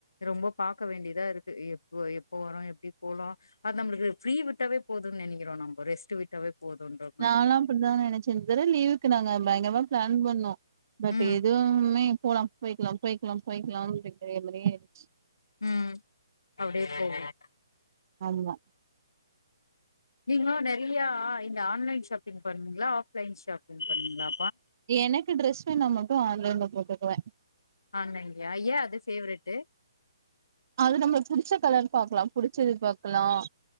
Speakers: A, on the left; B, on the right.
A: ரொம்ப பாக்க வேண்டிதா இருக்கு எப்போ எப்போ வரும் எப்டி போலாம் அது நம்மளுக்கு ஃப்ரீ விட்டாவே போதுன் நெனைக்கிறோம் நம்ப ரெஸ்ட்டு விட்டாவே போதுன்ற மாதிரி
B: நாலாம் அப்டிதா நெனைச்சேன் இந்த தடவ லீவுக்கு நாங்க பயங்கறமா பிளான் பண்ணோம் பட்
A: ம்
B: எதுவுமே போலாம் போய்கிலாம் போய்க்கிலாம் போய்கிலாம் ஓடிட்டேங்கிற மாரே ஆயிடுச்சி
A: ம் அப்டே போகும்
B: ஆமா
A: நீங்களா நெறையா இந்த ஆன்லைன் ஷாப்பிங் பண்ணுவிங்களா ஆஃப்லைன் ஷாப்பிங் பண்ணுவிங்களா
B: எனக்கு ட்ரெஸ் வேணா மட்டும் ஆன்லைன்ல போட்டுக்குவேன்
A: ஆன்லைன்லியா ஏன் அது பேவரெட்டு
B: அது நம்மளுக்கு புடிச்ச கலர் பாக்கலாம் புடிச்சது பாக்கலாம்